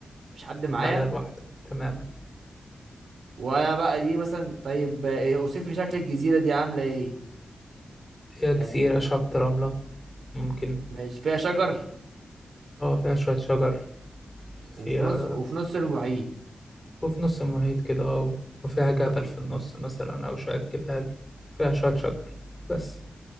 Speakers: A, on the right; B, on the left.
A: مفيش حد معايا
B: أنت عليها لوحدك تماما
A: وانا بقى دي مثلا طيب ايه اوصف لي شكل الجزيره دي عامله ايه
B: هي
A: يعني
B: جزيرة شط رملة ممكن
A: مش فيها شجر
B: أه فيها شوية شجر فيها
A: وفي نص وفي نص المحيط
B: وفي نص المحيط كده أه وفيها جبل في النص مثلا أو شوية جبال فيها شوية شجر بس